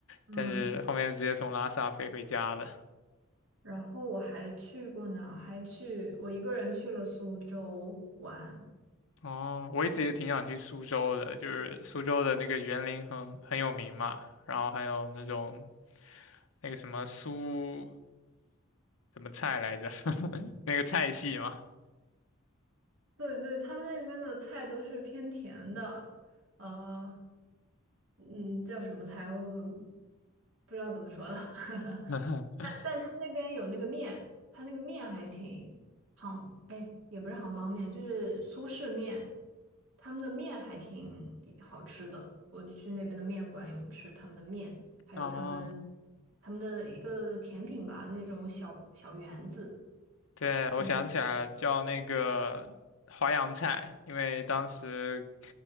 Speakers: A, on the right; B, on the left.
A: 嗯，
B: 但是后面就直接从拉萨飞回家了。
A: 然后我还去过哪还去我一个人去了苏州玩。
B: 哦，我一直也挺想去苏州的，就是苏州的那个园林很很有名嘛，然后还有那种那个什么苏什么菜来着，<laughs> 那个菜系嘛。
A: 对对，他们那边的菜都是偏甜的，呃，嗯，叫什么菜我不知道怎么说了。<laughs>
B: <laughs>
A: 但但他那边有那个面，他那个面还挺杭，哎，也不是杭帮面，就是苏式面，他们的面还挺好吃的。我去那边的面馆有吃他们的面，还有他们
B: 啊，
A: 他们的一个甜品吧，那种小小圆子。
B: 对，我想起来了，
A: 嗯，
B: 叫那个淮扬菜，因为当时